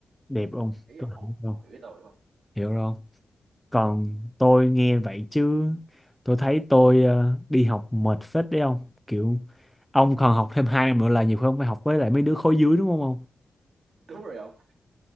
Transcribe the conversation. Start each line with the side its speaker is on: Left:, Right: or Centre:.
Centre: Đẹp không?
Right: ý
Centre: Tôi
Right: ông,
Centre: hiểu không?
Right: ông hiểu ý tôi đúng không
Centre: Hiểu rồi không? Còn tôi nghe vậy chứ tôi thấy tôi ờ, đi học mệt phết đấy ông. Kiểu ông còn học thêm hai năm nữa là nhiều khi ông phải học với lại mấy đứa khối dưới đúng không ông?
Right: đúng rồi ông